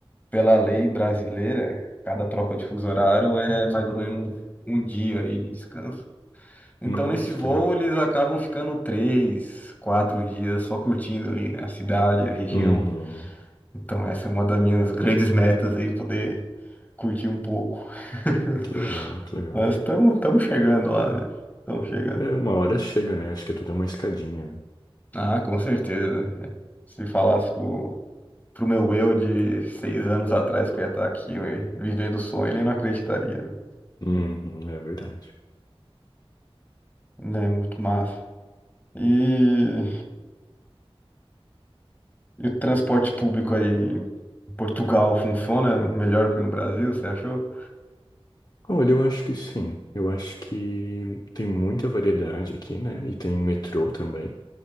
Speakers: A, on the left; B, on the left.
A: pela lei brasileira, cada troca de fuso horário é mais ou menos um dia aí de descanso. Então,
B: Nossa,
A: nesse voo,
B: que massa.
A: eles acabam ficando três, quatro dias só curtindo ali, né? A cidade, a região.
B: Uhum,
A: Então, essa é uma das minhas grandes metas aí, poder curtir um pouco. <laughs>
B: que legal, que legal.
A: Mas estamos chegando lá, né? Estamos chegando.
B: É, uma hora chega, né? Acho que é tudo é uma escadinha, né?
A: Ah, com certeza. É. Se falasse pro, pro meu eu de seis anos atrás que eu ia estar aqui eh, vivendo o sonho, ele não acreditaria, né?
B: Uhum, é verdade.
A: Né, Muito massa. E, e o transporte público aí em Portugal funciona melhor que no Brasil, você achou?
B: Olha, eu acho que sim. Eu acho que tem muita variedade aqui, né? E tem metrô também.